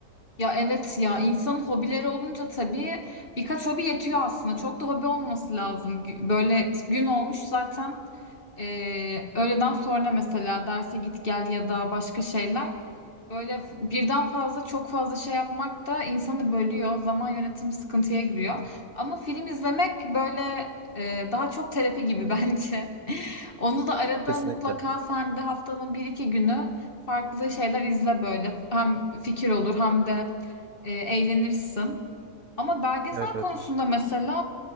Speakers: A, on the left (about 35°); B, on the right (about 70°).
A: Ya evet ya insanın hobileri olunca tabii birkaç hobi yetiyor aslında. Çok da hobi olması lazım. Gü- Böyle gün olmuş zaten eee, öğleden sonra mesela derse git gel ya da başka şeyler. Böyle f- birden fazla çok fazla şey yapmak da insanı bölüyor. Zaman yönetimi sıkıntıya giriyor. Ama film izlemek böyle eee, daha çok terapi gibi <laughs> bence. Onu da arada
B: Kesinlikle.
A: mutlaka sen de haftanın bir iki günü Farklı şeyler izle böyle. Hem fikir olur hem de e, eğlenirsin. Ama belgesel
B: Evet evet.
A: konusunda mesela